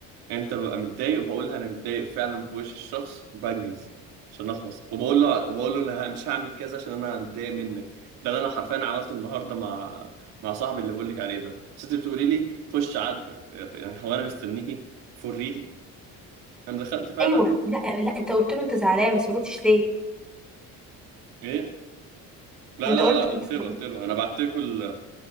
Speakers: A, on the right; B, in the centre.
A: يعني انت ببقى متضايق وبقولها انا متضايق فعلا في وش الشخص بنجز عشان اخلص وبقول له وبقول له انا مش هعمل كذا عشان انا متضايق منك ده اللي انا حرفيا عملته النهارده مع مع صاحبي اللي بقول لك عليه ده بس انت بتقولي لي خش عاتبه يعني هو انا مستنيكي فور ريل انا دخلت فعلا
B: ايوه
A: عاتبته
B: لا لا انت قلت له انت زعلان بس ما قلتش ليه
A: ايه لا
B: انت
A: لا
B: قلت
A: لا قلت
B: انت زعلان.
A: له قلت له انا بعت لكم ال-